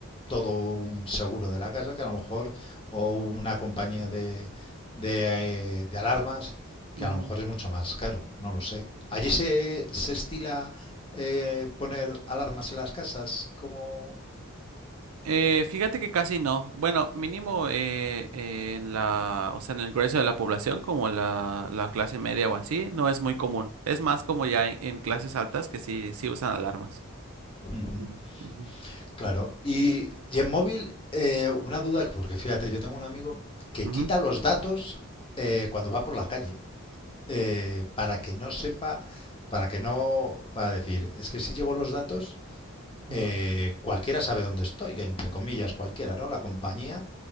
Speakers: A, on the left; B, on the right.
A: todo un seguro de la casa, que a lo mejor, o una compañía de, de, eh, de alarmas,
B: ujú.
A: que a lo mejor es mucho más caro, no lo sé. ¿Allí se, se estila eh, poner alarmas en las casas? Como...
B: Eh, fíjate que casi no. Bueno, mínimo eh, eh, en la, o sea, en el grueso de la población, como la, la clase media o así, no es muy común. Es más como ya en, en clases altas que sí, sí usan alarmas.
A: Ujú,
B: Ujú, ujú,
A: claro. Y, y en móvil, eh, una duda, porque fíjate, yo tengo un amigo que
B: ujú,
A: quita los datos eh, cuando va por la calle, eh, para que no sepa, para que no, para decir, es que si llevo los datos,
B: ujú,
A: eh, cualquiera sabe dónde estoy, que entre comillas cualquiera, ¿no? La compañía,